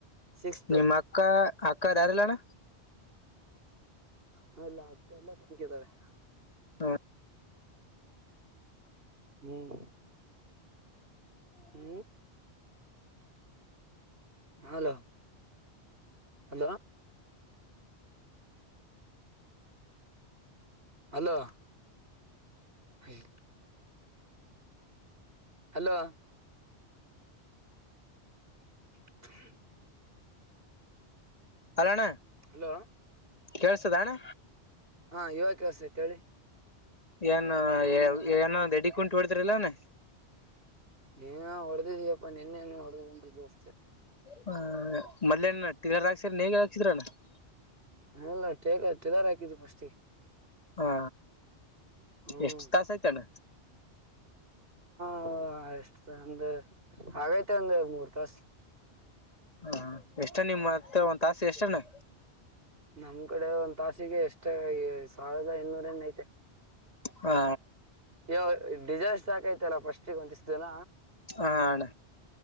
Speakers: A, on the right; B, on the left.
A: ಸಿಕ್ಸ್ತ್
B: ನಿಮ್ಮ ಅಕ್ಕ, ಅಕ್ಕ ರಯಾರಿಲ್ಲಣ್ಣ.
A: ಹಾಲ್ಲಾತ ಎಲ್ಲ ಗ ತ <unintelligible>
B: ಹಾ <inaudible>
A: ಹ್ಮ್, ಹ್ಮ್ ಹಲೋ, ಹಲೋ,, ಅಲೋ, ಹೈಲ್ <inaudible> ಹಲೋ, ಹ <unintelligible>
B: ಅಲ್ಲಣ್ಣ
A: ಹಲೋ,
B: ಕೇಳ್ಸದ ಅಣ್ಣ
A: ಹಾ ಇವವ ಕೆಳ್ಸತೆ ಹೇಳಿ.
B: ಏನ್, ಏನೋ ಎಡಿ ಕುಂಟಿ ಹೊಡ್ತರಿಲ್ಲಾಣ್ಣ
A: ನೀ ಹೊಡೆದಿದೀಯಪ್ಪಾ ನಿನ್ನೆ ಹೊಡೆದ ಅಷ್ಟೆ.,
B: ಹ ಮಯನ ಹಾಕ್ಸರ ನೇಗ ಹಾಕ್ಸಿದ್ರಣ <unintelligible>
A: ಇಲ್ಲ ಟೇಗ ಟಿಲರ್ ಹಾಕಿದ್ವಿ ಫಸ್ಟಿಗೆ.
B: ಹಾ,
A: ಹ್ಮ್
B: ಎಷ್ಟ ತಾಸ ಯ್ತಣ್ಣ.
A: ಹಾ, ಎಷ್ಟು ಒಂದ ಹಾಗೈತೆ ಒಂದ ಮೂರ್ ತಾಸ.
B: ಹ ಎಷ್ಟಣ್ಣ ನಿಮ್ಮ ಮತ್ತ ಒಂದ್ ತಾಸ ಎಷ್ಟ್ಣ
A: ನಮ್ ಕಡೆ ಒಂದ್ ತಾಸಿಗೆ ಎಷ್ಟ ಸಾವಿರದ ಎನೂರ್ಣ ಐತೆ
B: ಹಾ
A: ಅಯ್ಯ ಡಿಸೈಸ್ ಸಾಕೈತಲ್ಲ ಪಫಸ್ಟ್ಗೆ ಒಂದ್ಷ್ಟ್ ಜನ
B: ಹಣ